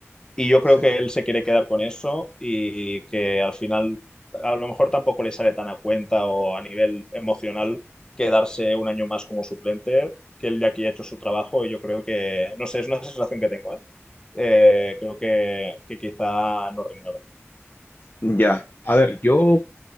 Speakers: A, on the left (about 15°); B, on the left (about 45°).
A: Y yo creo
B: sí.
A: que él se quiere quedar con eso y que al final, a lo mejor tampoco le sale tan a cuenta o a nivel emocional quedarse un año más como suplente, que él ya aquí ha hecho su trabajo y yo creo que, no sé, es una sensación que tengo, ¿eh? Eh, creo que, que quizá no renueva.
B: Ya, a ver, yo